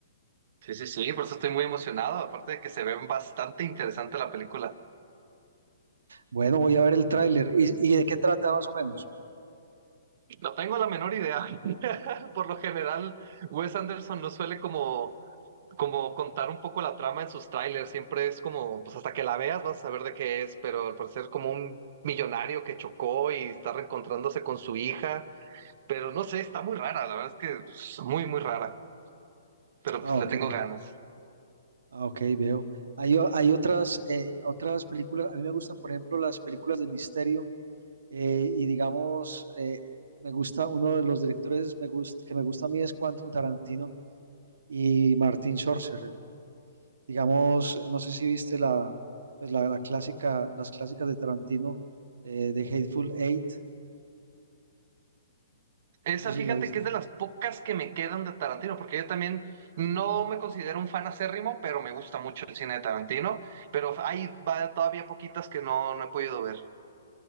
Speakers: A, on the right; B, on the right.
A: Sí, sí, sí, por eso estoy muy emocionado, aparte de que se ven bastante interesante la película.
B: Bueno, voy a ver el tráiler. ¿Y, y de qué trata más o menos?
A: No tengo la menor idea. <laughs> Por lo general, Wes Anderson no suele como, como contar un poco la trama en sus trailers, siempre es como, pues hasta que la veas vas a saber de qué es, pero al parecer como un millonario que chocó y está reencontrándose con su hija, pero no sé, está muy rara, la verdad es que es muy, muy rara, pero
B: Ah,
A: pues le
B: ok.
A: tengo ganas.
B: Ah, ok, veo. Hay, o- hay otras, eh, otras películas. A mí me gustan, por ejemplo, las películas de misterio. eh, y digamos, eh, me gusta, uno de los directores me gust- que me gusta a mí es Quentin Tarantino y Martin Scorsese. Digamos, no sé si viste la, pues la, la clásica, las clásicas de Tarantino eh, de Hateful Eight,
A: Esa,
B: no sé si
A: fíjate
B: la viste.
A: que es de las pocas que me quedan de Tarantino, porque yo también no me considero un fan acérrimo, pero me gusta mucho el cine de Tarantino, pero hay va- todavía poquitas que no, no he podido ver.